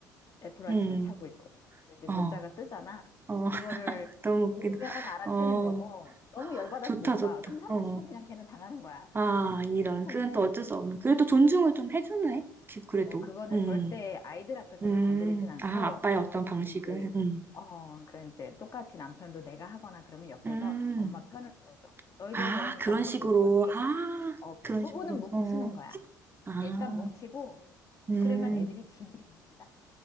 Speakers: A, on the left; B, on the right.
A: 애플워치를
B: 음,
A: 차고 있거든. 그 이제
B: 어,
A: 문자가 뜨잖아.
B: 어,
A: 그거를
B: <laughs> 너무 웃기다.
A: 오면 알아채는
B: 어,
A: 거고 너무 열받아서
B: 좋다,
A: 못
B: 좋다.
A: 봐. 그럼 3,
B: 어,
A: 40분 그냥 걔는 당하는 거야.
B: 아,
A: <laughs>
B: 이런.
A: 근데
B: 그건 또 어쩔 수 없는. 그래도 존중을 좀 해주네. 지- 그래도.
A: 어 그거는
B: 음,
A: 절대 아이들 앞에서는
B: 음,
A: 건드리진 않고
B: 아, 아빠의 어떤
A: 대신
B: 방식은.
A: 이제
B: 음,
A: 어그 이제 똑같이 남편도 내가 하거나 그러면 옆에서
B: 음,
A: 엄마 편을 들어줘. 너희들이
B: 아,
A: 그러니까
B: 그런
A: 엄마가
B: 식으로.
A: 이런 거지.
B: 아,
A: 어
B: 그런
A: 부부는
B: 식으로.
A: 뭉치는
B: 어,
A: 거야.
B: 아,
A: 일단 뭉치고
B: 음.
A: 그러면 애들이 지들이 뭉친다.